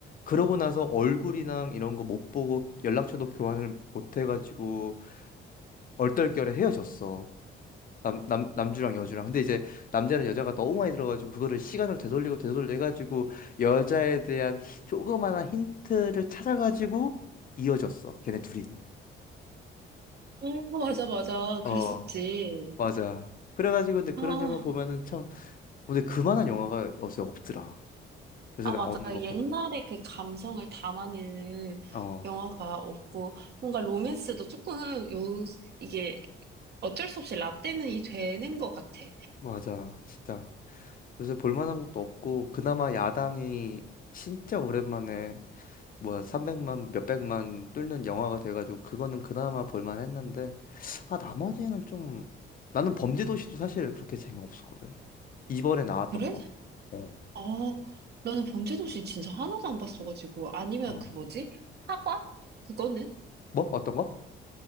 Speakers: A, on the left; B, on the right.
A: 그러고 나서 얼굴이랑 이런 거 못 보고 연락처도 교환을 못 해가지고 얼떨결에 헤어졌어. 남, 남, 남주랑 여주랑. 근데 이제 남자는 여자가 너무 많이 들어가지고 그거를 시간을 되돌리고 되돌려 해가지고 여자에 대한 히- 조그마한 힌트를 찾아가지고 이어졌어. 걔네 둘이.
B: 어, 맞아, 맞아.
A: 어,
B: 그랬었지.
A: 맞아. 그래가지고 근데 그런
B: 아.
A: 영화 보면은 참 근데 그만한 영화가 요새 없더라. 요새
B: 아,
A: 나오는
B: 맞아.
A: 거
B: 옛날에
A: 보면.
B: 그 감성을 담아내는
A: 어,
B: 영화가 없고, 뭔가 로맨스도 조금, 요, 이게 어쩔 수 없이 라떼는이 되는 것 같아.
A: 맞아. 진짜. 요새 볼만한 것도 없고, 그나마 야당이 진짜 오랜만에 뭐 300만, 몇백만 뚫는 영화가 돼가지고, 그거는 그나마 볼만했는데, 아, 나머지는 좀, 나는 범죄도시도 사실 그렇게 재미없었거든. 이번에 나왔던
B: 그래?
A: 거. 어,
B: 아, 나는 범죄도시 진짜 하나도 안 봤어가지고. 아니면
A: 어.
B: 그 뭐지? 사과? 그거는?
A: 뭐? 어떤 거?